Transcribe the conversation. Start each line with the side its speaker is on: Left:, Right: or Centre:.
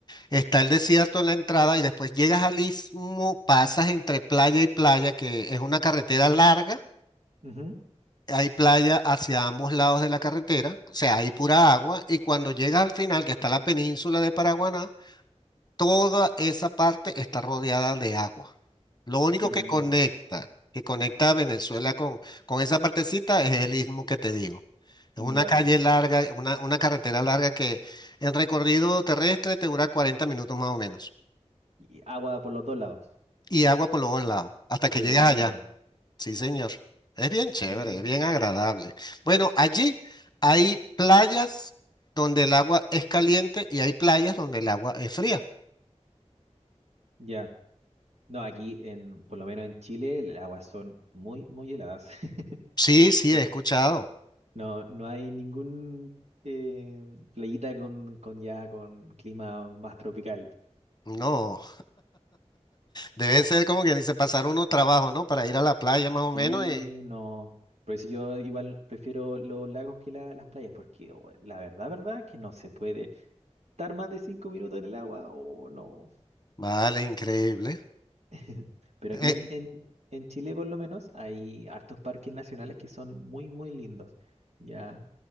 Left: está el desierto en la entrada y después llegas al istmo, pasas entre playa y playa, que es una carretera larga.
Right: ujú,
Left: Hay playa hacia ambos lados de la carretera, o sea, hay pura agua. Y cuando llegas al final, que está la península de Paraguaná, Toda esa parte está rodeada de agua. Lo único
Right: Qué rico.
Left: que conecta, que conecta a Venezuela con, con esa partecita es el istmo que te digo. Es
Right: Mm,
Left: una
Right: Ya.
Left: calle larga, una, una carretera larga que en recorrido terrestre te dura 40 minutos más o menos.
Right: Y agua por los dos lados.
Left: Y agua por los dos lados, hasta
Right: Qué
Left: que llegas
Right: lindo.
Left: allá. Sí, señor. Es bien chévere,
Right: Mm,
Left: es bien agradable. Bueno, allí hay playas donde el agua es caliente y hay playas donde el agua es fría.
Right: ya. No, aquí en, por lo menos en Chile, las aguas son muy, muy heladas. <laughs>
Left: Sí, sí,
Right: Entonces,
Left: he escuchado.
Right: no, no hay ningún eh, playita con, con ya con clima más tropical.
Left: No. Debe ser como que dice pasar uno trabajo, ¿no? Para ir a la playa más o
Right: Sí,
Left: menos y...
Right: no. Por eso yo igual prefiero los lagos que la- las playas, porque oh, la verdad, verdad, que no se puede estar más de cinco minutos en el agua, o no.
Left: Vale, increíble.
Right: <laughs> Pero aquí
Left: Eh,
Right: en, en, en Chile por lo menos hay hartos parques nacionales que son muy, muy lindos. Ya